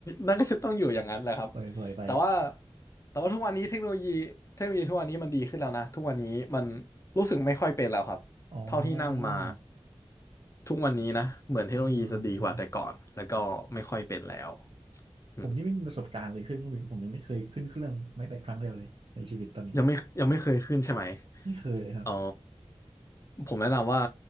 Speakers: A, on the left; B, on the right.
A: นั่นก็จะต้องอยู่อย่างนั้นแหละครับ
B: <laughs> ปล่อยปล่อยไป
A: แต่ว่าแต่ว่าทุกวันนี้เทคโนโลยีเทคโนโลยีทุกวันนี้มันดีขึ้นแล้วนะทุกวันนี้มันรู้สึกไม่ค่อยเป็นแล้วครับ
B: อ๋อ
A: เท่าที่นั่งมาทุกวันนี้นะเหมือนเทคโนโลยีจะดีกว่าแต่ก่อนแล้วก็ไม่ค่อยเป็นแล้ว
B: อ่าอ่าอ่า
A: อืม
B: ผมนี่ไม่มีประสบการณ์เลยขึ้นเครื่องบินผมยังไม่เคยขึ้นเครื่องไม่แต่ครั้งเดียวเลยในชีวิตตอนนี้
A: ยังไม่ยังไม่เคยขึ้นใช่ไหม
B: ไม่เคยเลยครับ
A: เออผมแนะนำว่า